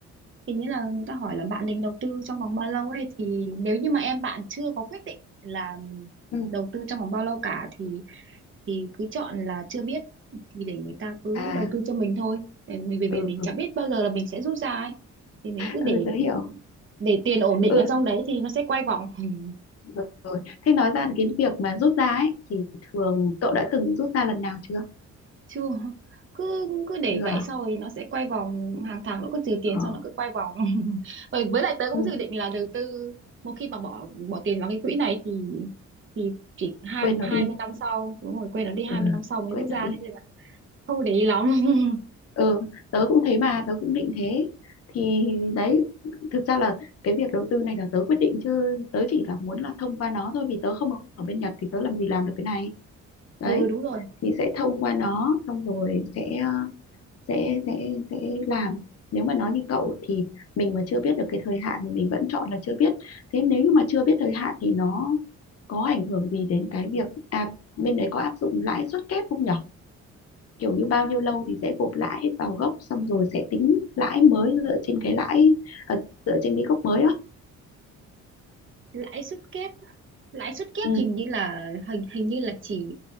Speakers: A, on the right; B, on the left.
A: hình như là người ta hỏi là bạn định đầu tư trong vòng bao lâu ấy thì nếu như mà em bạn chưa có quyết định là
B: ừ.
A: đầu tư trong vòng bao lâu cả thì thì cứ chọn là chưa biết thì để người ta cứ
B: à
A: đầu tư cho mình thôi Để mình vì mình,
B: ừ
A: mình chẳng biết bao giờ là mình sẽ rút ra ấy thì mình cứ
B: ừ
A: để
B: tớ hiểu
A: để tiền ổn định
B: ừ
A: ở trong đấy thì nó sẽ quay vòng <laughs>
B: rồi. thế nói ra cái việc mà rút ra ấy thì cậu đã từng rút ra lần nào chưa
A: chưa cứ cứ để
B: chưa
A: vậy
B: à?
A: sau rồi nó sẽ quay vòng hàng tháng nó cứ trừ tiền
B: ờ.
A: xong nó cứ quay vòng <laughs> rồi với lại tớ cũng
B: ừ.
A: dự định là đầu tư một khi mà bỏ bỏ tiền vào cái quỹ này thì thì chỉ hai
B: quên nó
A: hai
B: đi
A: mươi năm sau đúng rồi quên nó đi hai
B: ừ.
A: mươi năm sau mới
B: quên
A: rút ra
B: nó đi
A: thế nên là không để ý lắm <laughs>
B: ừ tớ cũng thế mà tớ cũng định thế thì đấy thực ra là cái việc đầu tư này là tớ quyết định chứ tớ chỉ là muốn là thông qua nó thôi vì tớ không ở ở bên Nhật thì tớ làm gì làm được cái này đấy
A: ừ đúng rồi
B: thì sẽ thông qua nó xong rồi sẽ ờ, sẽ sẽ sẽ làm nếu mà nói như cậu thì mình mà chưa biết được cái thời hạn thì mình vẫn chọn là chưa biết thế nếu như mà chưa biết thời hạn thì nó có ảnh hưởng gì đến cái việc à bên đấy có áp dụng lãi suất kép không nhỉ kiểu như bao nhiêu lâu thì sẽ gộp lãi vào gốc xong rồi sẽ tính lãi mới dựa trên cái lãi ờ, dựa trên cái gốc mới đó
A: lãi suất kép lãi suất kép
B: ừ.
A: hình như là hình hình như là chỉ